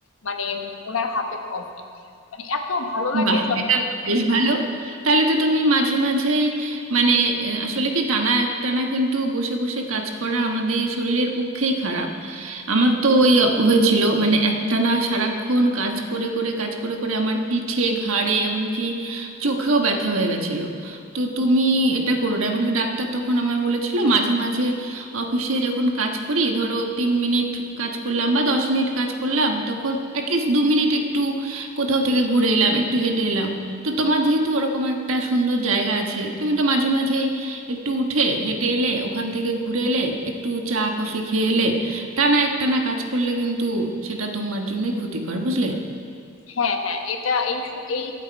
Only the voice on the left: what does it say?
মানে উম, ওনার হাতের কফি মানে এত ভালো লাগে
যখন
হ্যাঁ হ্যাঁ এটা এই সু- এই